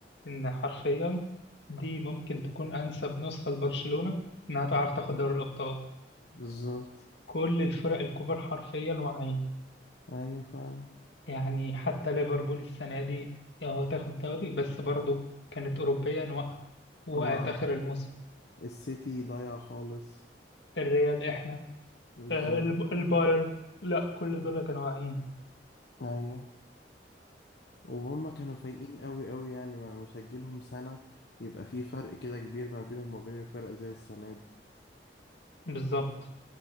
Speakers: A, on the left; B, on the left.
A: ان حرفيا دي ممكن تكون انسب نسخه لبرشلونه انها تعرف تاخد
B: مم.
A: دوري الابطال
B: بالظبط
A: كل الفرق الكبار حرفيا واعيين
B: ايوه فعلا
A: يعني حتى ليفربول السنه دي هو تاخد الدوري بس برضه كانت اوروبيا واقعه وقعت
B: هو
A: اخر الموسم
B: السيتي ضايع خالص
A: الريال احنا
B: بالظبط
A: آه، الب- البايرن لا كل دول كانوا واعيين
B: ايوه وهم كانوا فايقين قوي قوي يعني ما مش هتجيلهم سنة يبقى في فرق كده كبير ما بينهم وما بين الفرق زي السنة دي
A: بالظبط